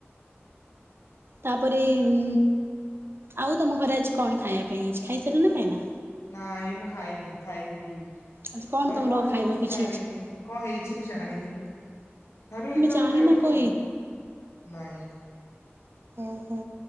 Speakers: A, on the right; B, on the left.
A: ତାପରେ ଉ ଆଉ ତମ ଘରେ ଆଜି କଣ ଖାଇବା ପାଇଁ ହେଇଚି ଖାଇସାରିଲଣି ନା ଖାଇନା
B: ନା ଏଇ ମୁଁ ଖାଇନି ଖାଇବି
A: ଆଜି
B: ଘରେ
A: ତମର
B: କଣ ହେଇଛି
A: ଖାଇବାକୁ କିଛି
B: ଜାଣିନି କଣ ହେଇଛି ମୁଁ ଜାଣିନି କିନ୍ତୁ ଯାହାବି
A: ଆମେ
B: ହେଇଥିବ
A: ଜାଣିନା
B: ଖାଇଦବା
A: କଣ
B: ଆଉ ନାଇଁ
A: ଓ ହୋ